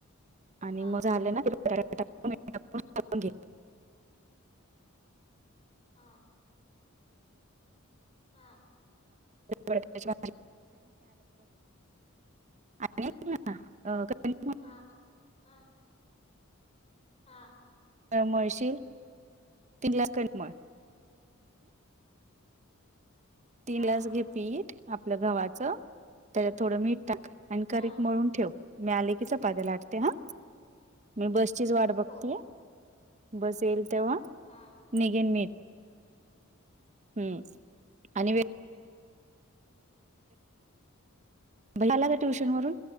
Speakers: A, on the right (about 35°); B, on the left (about 30°).
A: आणि
B: हा
A: मग झालं ना. <unintelligible> टाकून घे
B: हा. हा.
A: मळाते आणि. <unintelligible> अ. <unintelligible>
B: हा हा. हा.
A: म्हळशील तीनलास कडे म. <unintelligible> तीलाच
B: हा
A: घे पीठ आपलं गव्हाचं त्याच्यात थोडं मीठ टाक आणि कारिक
B: हा
A: मळून ठेव मी आले की
B: हा
A: चपात्या लाटते हा. मी बसचीच वाट बघतेय
B: हो
A: बस येईल तेव्हा
B: हा.
A: निघेन मी. हम्म आणि वे. <unintelligible> भैय्या आला का ट्युशन वरून?